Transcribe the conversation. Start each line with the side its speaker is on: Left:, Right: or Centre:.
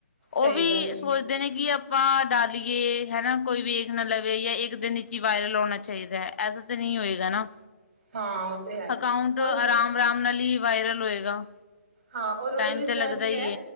Right: ਸਹੀ
Left: ਉਹ ਵੀ
Right: ਗੱਲ ਹੈ
Left: ਸੋਚ ਜਿਵੇਂ ਕਿ ਆਪਾਂ ਡਾਲੀਏ ਹੈਨਾ ਕੋਈ ਵੇਖ ਨਾ ਲਵੇ ਜਾਂ ਇੱਕ ਦਿਨ ਇਚ ਹੀ ਵਾਇਰਲ ਹੋਣਾ ਚਾਹੀਦਾ ਹੈ। ਐਸਾ ਤਾਂ ਨਹੀਂ ਹੋਏਗਾ ਨਾ?
Right: ਹਾਂ। ਤੇ ਹੈ
Left: ਅਕਾਊਂਟ
Right: ਔਰ
Left: ਅਰਾਮ-ਅਰਾਮ ਨਾਲ ਹੀ ਵਾਇਰਲ ਹੋਏਗਾ।
Right: ਹਾਂ, ਔਰ ਉਹਦੇ
Left: ਟਾਈਮ
Right: ਵਿੱਚ
Left: ਤੇ ਲੱਗਦਾ
Right: ਇਹ ਵੀ
Left: ਹੀ
Right: ਹੈ।